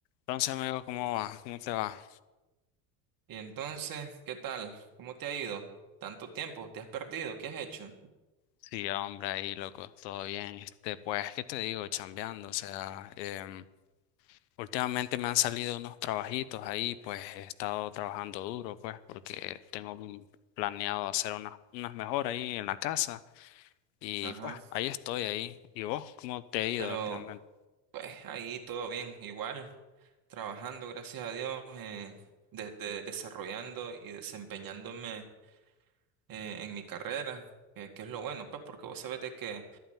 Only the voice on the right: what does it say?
Y entonces, ¿qué tal? ¿Cómo te ha ido? ¿Tanto tiempo? ¿Te has perdido? ¿Qué has hecho?
Ajá.
Pero,
pues, ahí todo bien, igual, trabajando, gracias a Dios, eh, de- de- desarrollando y desempeñándome eh, en mi carrera, que, que es lo bueno, pues, porque vos sabés de que